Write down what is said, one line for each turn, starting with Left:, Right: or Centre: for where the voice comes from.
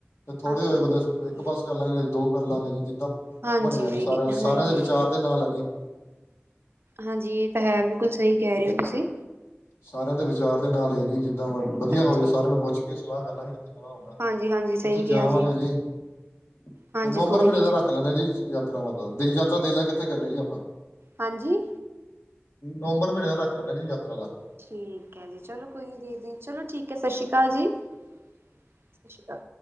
Left: ਤੇ ਥੋੜੇ
Right: ਹਾਂਜੀ
Left: ਹੋਏ ਬੰਦੇ ਇੱਕ
Right: ਹਾਂਜੀ
Left: ਬੱਸ ਕਰ ਲਾਂਗੇ ਨਹੀਂ ਤੇ ਦੋ ਕਰ ਲਾਂਗੇ ਜੀ। ਜਿੱਦਾਂ
Right: ਹਾਂਜੀ
Left: ਬਣਿਆ ਜੀ ਸਾਰਿਆਂ ਸਾਰਿਆਂ
Right: ਹਾਂਜੀ
Left: ਦੇ ਵਿਚਾਰ। ਦੇ ਨਾਲ ਹੈ ਜੀ।
Right: ਹਾਂਜੀ। ਇਹ ਤਾਂ ਹੈ ਬਿਲਕੁਲ ਸਹੀ ਕਹਿ ਰਹੇ ਹੋ ਤੁਸੀਂ।
Left: ਸਾਰਿਆਂ ਦੇ ਵਿਚਾਰ ਦੇ ਨਾਲ ਇਹ ਜੀ ਜਿੱਦਾਂ ਵਧੀਆ
Right: ਅੱਛਾ
Left: ਹੋ ਜਾ ਸਾਰਿਆਂ
Right: ਜੀ
Left: ਨੂੰ ਪੁੱਛ ਕੇ ਸਲਾਹ ਕਰ ਲਾਂਗੇ। ਜਾਣਾ ਹੋਨਾ।
Right: ਹਾਂਜੀ ਹਾਂਜੀ ਸਹੀ
Left: ਉੱਥੇ
Right: ਕਿਹਾ
Left: ਜਾਵਾਂਗੇ ਜੀ। ਫੇਰ
Right: ਹਾਂਜੀ
Left: ਨਵੰਬਰ
Right: ਕੋਈ
Left: ਮਹੀਨੇ
Right: ਨੀ
Left: ਦਾ
Right: ਜੀ
Left: ਰੱਖ ਲੈਂਨੇ ਹਾਂ ਜੀ ਯਾਤਰਾ ਦਾ। ਤੀਰਥ ਯਾਤਰਾ ਦੇਖ ਲੈ ਕਿੱਥੇ ਕਰਨੀੇ ਜੀ ਆਪਾਂ।
Right: ਹਾਂਜੀ।
Left: ਨੋਬਰ ਮਹੀਨੇ ਦਾ ਰੱਖ ਲੈਣੇ ਆ ਜੀ ਯਾਤਰਾ ਦਾ।
Right: ਠੀਕ ਹੈ ਜੀ। ਚਲੋ ਕੋਈ ਨ ਦੇਖਦੇ। ਚਲੋ ਠੀਕ ਹੈ ਸਤਿ ਸ਼੍ਰੀ ਅਕਾਲ ਜੀ। ਸਤਿ ਸ਼੍ਰੀ ਅਕਾਲ।